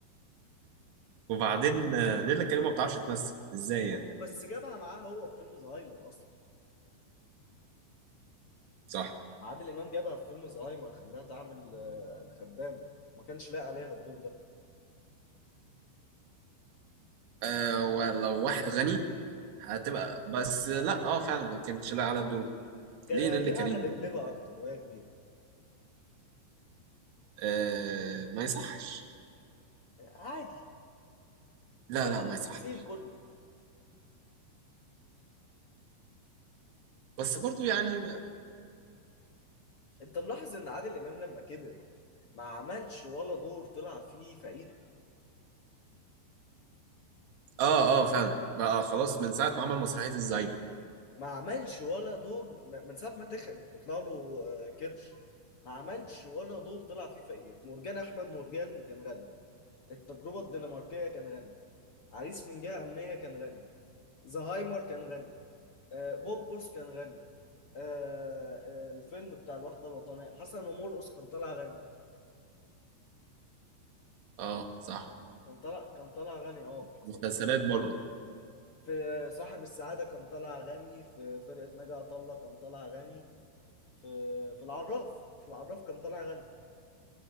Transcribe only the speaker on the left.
و-
وبس جابها معاه هو في فيلم زهايمر اصلا
عادل امام جابها في فيلم زهايمر خلاها تعمل آه، الخدام ما كانش لايق عليها الدور ده
كان
هيليق
على لبلبه اكتر وهي كبيره
عادي
ده
التمثيل
كله
انت ملاحظ ان عادل امام لما كبر ما عملش ولا دور طلع فيه فقير
ما عملش ولا دور م- من ساعه ما تخن وطلع له آه، كرش ما عملش ولا دور طلع فيه فقير مرجان احمد مرجان كان غني التجربه الدنماركيه كان غني عريس من جهه امنيه كان غني زهايمر كان غني آه، بوبوس كان غني آه، آه، الفيلم بتاع الوحده الوطنيه حسن ومرقص كان طالع غني
كان طالع كان طالع غني اه في حسن
ومرقص
في صاحب السعادة كان طالع غني في فرقة ناجي عطا الله كان طالع غني في في العراف في العراف كان طالع غني